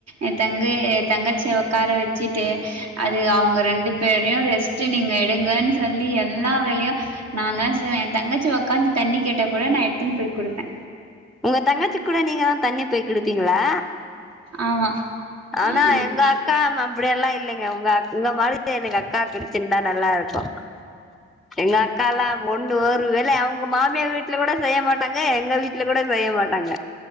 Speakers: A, on the right; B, in the centre.
A: என் தங்கே தங்கச்சி உக்கார வச்சுட்டு அது அவுங்க ரெண்டு பேரையு ரெஸ்ட்டு நீங்க எ எடுங்கன் சொல்லி எல்லா வேலையு நாதா செ சோ ஏ தங்கச்சி உக்காந்து தண்ணி கேட்ட கூட நா எடுத்துனு போய் குடுப்பே
B: உங்க தங்கச்சி கூட நீங்கதா தண்ணி போயி குடுப்பீங்களா
A: ஆமா
B: ஆனா
A: ம்ஹூம்
B: எங்க அக்கா மா அப்பிடில்லா இ இல்லைங்க உங்க அக் உங்க மாரி எனக்கு அக்கா கிடைச்சின்னந்தா நல்லா இருக்கு எங்க அக்கால்லா ஒண்ணு ஒரு வேலை அவுங்க மாமியார் வீட்ல கூட செய்ய மாட்டாங்க எங்க வீட்ல கூட செய்ய மாட்டாங்க